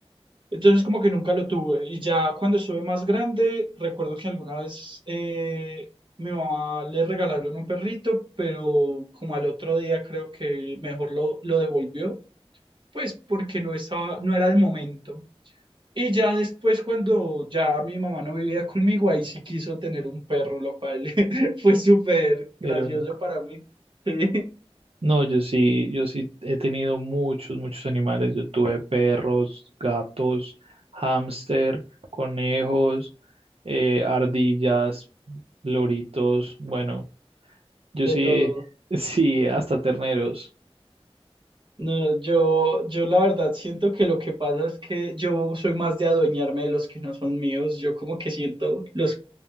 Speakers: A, on the right (about 50°); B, on the right (about 65°).
A: entonces como que nunca lo tuve. Y ya cuando estuve más grande, recuerdo que alguna vez eh, mi mamá le regalaron un perrito, pero como al otro día creo que mejor lo, lo devolvió, pues porque no estaba, no era el momento. Y ya después, cuando ya mi mamá no vivía conmigo, ahí sí quiso tener un perro, lo cual <laughs> fue súper gracioso
B: Irónico.
A: para mí. <laughs> Sí,
B: No, yo sí, yo sí he tenido muchos, muchos animales. Yo tuve perros, gatos, hámster, conejos, eh, ardillas, loritos. Bueno, yo
A: de
B: sí,
A: todo.
B: <laughs> sí, hasta terneros.
A: No, yo, yo la verdad siento que lo que pasa es que yo soy más de adueñarme de los que no son míos. Yo como que siento los